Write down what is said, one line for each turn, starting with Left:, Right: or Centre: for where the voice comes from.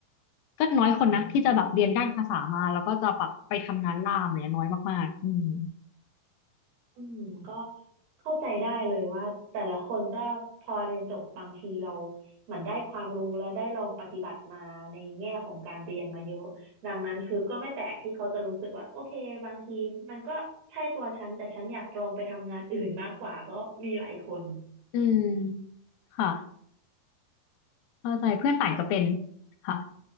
Left: ก็น้อยคนนะที่จะแบบเรียนด้านภาษามาแล้วก็จะแบบไปทำงานล่ามเนี่ยน้อยมากๆอืม
Right: อืมอืม อืมก็เข้าใจได้เลยว่าแต่ละคนก็พอเรียนจบบางทีเราเหมือนได้ความรู้แล้วได้ลองปฏิบัติมาในแง่ของการเรียนมาเยอะดังนั้นคือก็ไม่แปลกที่เขาจะรู้สึกว่าโอเคบางทีมันก็ใช่ตัวฉันแต่ฉันอยากลองไปทำงานอื่นมากกว่าก็มีหลายคน
Left: อืมค่ะเข้าใจเพื่อนต่างก็เป็น
Right: ใช่
Left: ค่ะ